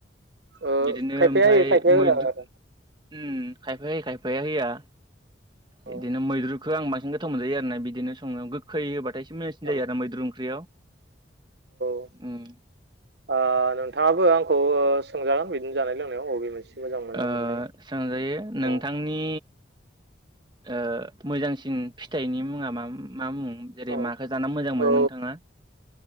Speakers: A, on the right; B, on the right.
A: ओ
B: बिदिनो
A: खायफाया
B: ओमफ्राय
A: होयो खायफाया होआ
B: मैद्रु
A: आरो औ
B: उम खायफा होयो खायफा या होया। बिदिनो
A: औ
B: मैद्रुखौ आं बांसिन गोथाव मोनजायो आरोना बिदिनो सङो गोखै होबाथाय एसे मोजांसिन जायो
A: औ
B: आरो मैद्रु ओंख्रियाव
A: औ
B: उम।
A: ओ नोंथाङाबो आंखौ सोंजागोन बिदिनो जानाय लोंनायाव अबे मोनसे मोजां मोनो
B: ओ
A: मोननाय
B: सोंजायो नोंथांनि
A: औ
B: ओ मोजांसिन फिथाइनि मुङा मा मा मुं? जेरै
A: औ
B: माखौ जाना मोजां मोनो
A: औ
B: नोंथाङा?